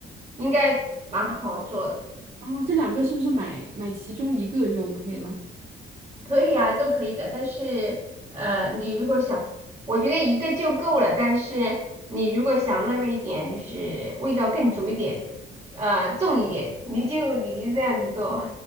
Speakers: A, on the right (about 30°); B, on the right (about 45°).
A: 应该蛮好做的，
B: 啊。这两个是不是买买其中一个就 OK 了？
A: 可以啊，都可以的。但是呃，你如果想，我觉得一个就够了。但是你如果想那个一点，就是味道更足一点，呃，重一点，你就你就这样子做。